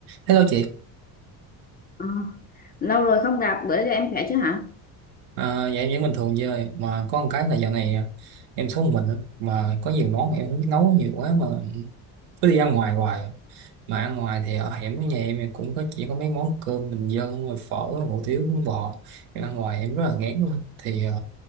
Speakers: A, on the right; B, on the left.
A: Hello chị,
B: Ờ, Lâu rồi không gặp, bữa giờ em khỏe chứ hả?
A: à, dạ em vẫn bình thường chơi mà có một cái là dạo này à, em sống một mình á, mà có nhiều món mà em không biết nấu nhiều quá mà cứ đi ăn ngoài hoài mà ăn ngoài thì ở hẻm với nhà em thì cũng có chỉ có mấy món cơm bình dân rồi phở hủ tiếu bún bò em ăn ngoài em rất là ngán luôn thì à,